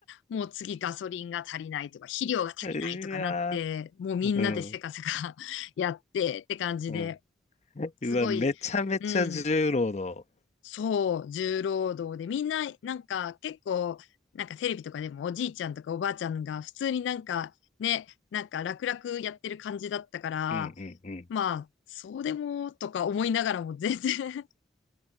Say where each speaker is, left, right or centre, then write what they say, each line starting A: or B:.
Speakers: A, on the left; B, on the left.
A: もう次ガソリンが足りないとか、肥料が足りないとかなって、
B: うわ
A: もうみんなでせかせか
B: ー、うん。
A: <laughs> やってって感じで、
B: うん。うわ、
A: すごい、
B: めちゃめちゃ重労働。
A: うん。そう、重労働で、みんな、なんか結構、なんかテレビとかでもおじいちゃんとかおばあちゃんが普通になんかね、なんか楽々やってる感じだったから、
B: うんうんうん。
A: まあ、そうでもとか思いながらも全然